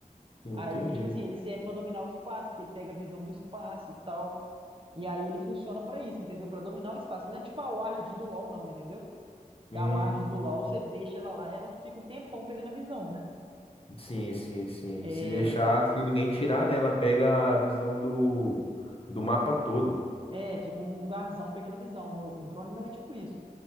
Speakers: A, on the left (about 40°); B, on the right (about 35°).
A: sim,
B: Aí,
A: entendi.
B: tipo assim, ele serve pra dominar o espaço, porque ele pega a visão do espaço e tal. E aí ele funciona pra isso, entendeu? Pra dominar o espaço. Não é tipo a Ward do LoL, não, entendeu? Que
A: Hum.
B: a Ward do LoL, você deixa ela lá, ela fica um tempão pegando a visão, né?
A: Sim, sim, sim.
B: É,
A: Se deixar, se ninguém tirar, né, ela pega a visão do, do mapa todo.
B: É, fica um lugarzão pegando visão, né? O, o drone não é tipo isso.